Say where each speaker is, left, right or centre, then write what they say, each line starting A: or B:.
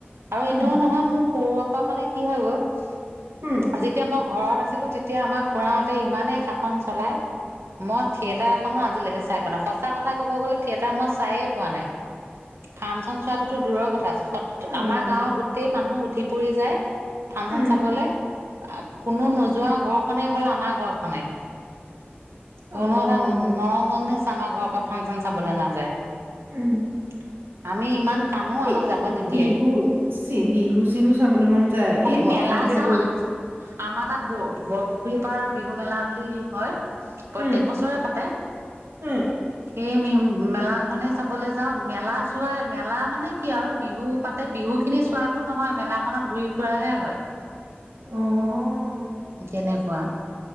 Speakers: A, on the right (about 80°); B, on the right (about 60°).
A: আৰু
B: উম,
A: এনেও নহয় মোক সৰু পৰা মানে কি হৈ গ'ল
B: উম,
A: যেতিয়া মই ঘৰত আছিলো তেতিয়া আমাৰ খুৰাহতে ইমানেই শাসন চলাই মই থিয়েটাৰ আজিলৈকে চাই পোৱক নাই সঁচ কথা ক'ব গ'লে থিয়েটাৰ মই চায়ে পোৱা নাই। ফাংচন চোৱাতোটো দূৰৰ কথা।
B: অ',
A: আমাৰ গাঁৱৰ গোটেই মানুহ উ ধিপৰি যায়। ফাংচন
B: উম,
A: চাবলে। কোনো নোযোৱা ঘৰখনে হ'ল আমাৰ ঘৰখনে।
B: অ',
A: কোনো এটা ন' মনে আমাৰ ঘৰৰ পৰা ফাংচন চাবলৈ নাযায়।
B: উম,
A: আমি ইমান কাননো আমাক
B: এই
A: যাব নিদিয়ে।
B: বিহু বিহু চিহু চব লৈ মন যায়
A: খালি
B: এই হঠাতে
A: মেলা চাওঁ
B: বৰ
A: আমাৰ তাত ব বৰপুখুৰীৰ পৰাাৰ বিহু মেলা বুলি কয়। প্ৰত্যেক
B: উম,
A: বছৰে পাতে
B: উম,
A: সেয়ে মি মেলাখনে চাবলৈ যাওঁ মেলা চোৱা মেলা মানে কি আৰু বিহু পাতে বিহু খিনি চোৱাতো নহয় মেলা খনত ঘূৰি ফুৰাহে হয়।
B: অ'।
A: কেনেকুৱা